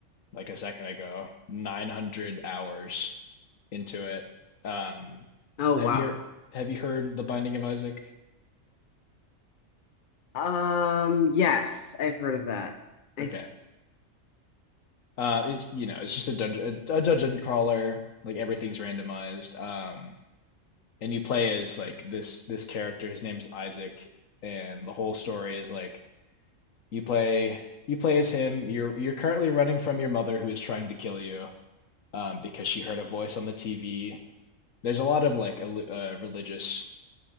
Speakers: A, on the left (about 75°); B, on the left (about 45°).
A: like a second ago, 900 hours into it. Um,
B: Oh
A: have
B: wow.
A: you heard, have you heard The Binding of Isaac?
B: Um, yes, I've heard of that. I
A: Okay. Uh, it's, you know, it's just a dungeon, a, a dungeon crawler, like everything's randomized. Um, and you play as like this this character, his name's Isaac, and the whole story is like you play you play as him. You're you're currently running from your mother who is trying to kill you um, because she heard a voice on the TV. There's a lot of like el- uh, religious